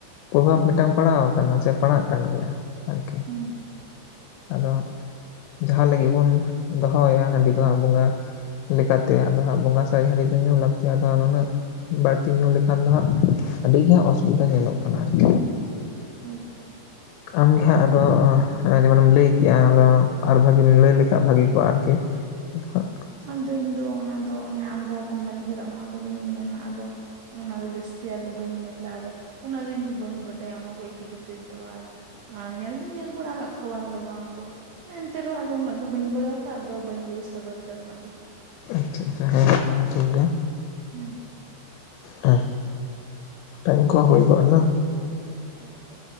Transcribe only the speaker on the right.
ᱦᱩᱸ
ᱦᱳᱭ ᱛᱚ
ᱟᱫᱚ ᱤᱧᱫᱚ ᱚᱱᱟᱫᱚ ᱚᱱᱮ ᱟᱢ ᱡᱟᱦᱟᱸ ᱠᱚᱢ ᱢᱮᱱ ᱠᱮᱫᱟ ᱚᱱᱟ ᱠᱚᱜᱤᱧ ᱢᱮᱱᱟ ᱟᱫᱚ᱾ ᱚᱱᱟᱫᱚ ᱡᱟᱹᱥᱛᱤ ᱟᱫᱚ ᱵᱟᱹᱧ ᱢᱮᱱᱫᱟ ᱟᱫᱚ ᱩᱱᱟᱹᱜ ᱫᱚ ᱤᱧᱫᱚ ᱵᱟᱹᱧ ᱵᱟᱰᱟᱭᱟ ᱚᱱᱟ ᱠᱚ ᱤᱫᱤ ᱠᱟᱛᱮᱫ ᱫᱚ ᱟᱨ ᱟᱨ ᱧᱮᱞ ᱫᱩᱧ ᱧᱮᱞ ᱵᱟᱲᱟ ᱠᱚᱣᱟ ᱵᱟᱝ ᱫᱚ ᱵᱟᱝ ᱮᱱᱛᱮ ᱨᱮᱦᱚᱸ ᱟᱫᱚ ᱩᱱᱟᱹᱜ ᱫᱚ ᱵᱟᱹᱧ ᱵᱟᱲᱟᱭᱟᱛᱚ ᱟᱫᱚ ᱵᱟᱹᱧ ᱞᱟᱹᱭ ᱥᱚᱫᱚᱨ ᱮᱫᱟ ᱩᱱᱟᱹᱜ ᱫᱚ᱾
ᱦᱩᱸ
ᱦᱳᱭ ᱛᱚ